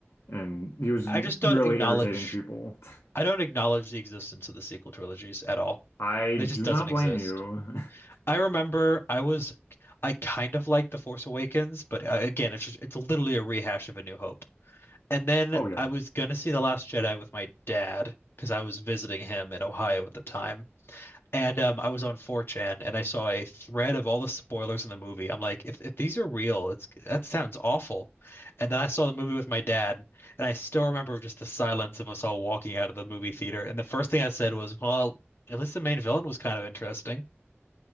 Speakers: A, on the left (about 80°); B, on the left (about 60°).
A: And he was
B: I just
A: really
B: don't acknowledge
A: irritating people. <laughs>
B: I don't acknowledge the existence of the sequel trilogies at all.
A: I
B: It just
A: do
B: doesn't
A: not
B: exist.
A: blame you. <laughs>
B: I remember I was I kind of liked The Force Awakens, but uh, again, it's just it's literally a rehash of A New Hope. And then
A: Oh, yeah.
B: I was gonna see The Last Jedi with my dad because I was visiting him in Ohio at the time, And um, I was on 4chan and I saw a thread of all the spoilers in the movie. I'm like, if, if these are real, it's that sounds awful. And then I saw the movie with my dad, and I still remember just the silence of us all walking out of the movie theater. And the first thing I said was, well, at least the main villain was kind of interesting.